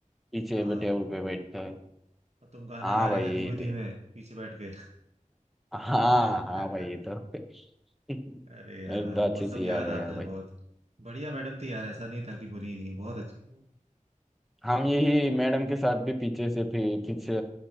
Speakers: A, in the centre; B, on the right.
A: पीछे
B: हाँ
A: टेबल पे बैठते हैं।
B: और तुम गाना
A: हाँ
B: गा रहे
A: भाई
B: थे
A: यही
B: धीमे धीमे
A: तो यार
B: पीछे बैठ के
A: हाँ
B: <laughs>
A: हाँ भाई ये तो <laughs>
B: अरे यार
A: मेरे को तो अच्छे
B: वो सब
A: से याद
B: याद
A: आया
B: आता
A: भाई
B: है बहुत बढ़िया मैडम थी यार ऐसा नहीं था कि बुरी थी बहुत अच्छी थी वो।
A: हम यही मैडम के साथ भी पीछे से पी, पीछे